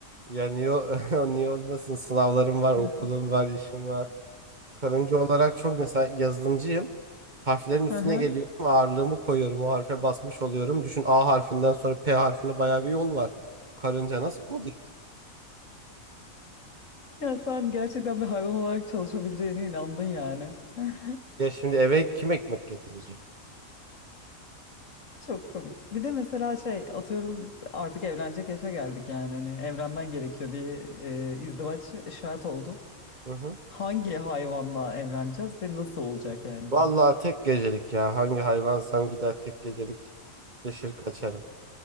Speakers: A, on the right; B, on the left.
A: Yani yo, <laughs> niye olmasın sınavlarım var, okulum
B: <laughs>
A: var, işim var. Karınca olarak çok mesela yazılımcıyım. Harflerin üstüne
B: Hı hı.
A: geliyorum, ağırlığımı koyuyorum, o harfe basmış oluyorum. Düşün A harfinden sonra P harfine bayağı bir yol var. Karınca nasıl kod yaz-
B: Ya sen gerçekten bir hayvan olarak çalışabileceğine inandın yani. <laughs>
A: Ya şimdi eve kim ekmek getirecek?
B: Çok komik. Bir de mesela şey atıyorum artık evlenecek yaşa geldik yani hani evlenmen gerekiyor bir e, izdivaç şart oldu.
A: Hı hı.
B: Hangi hayvanla evleneceğiz ve nasıl olacak yani
A: Vallahi
B: bu?
A: tek gecelik ya. Hangi hayvansam gider tek gecelik deşir kaçarım.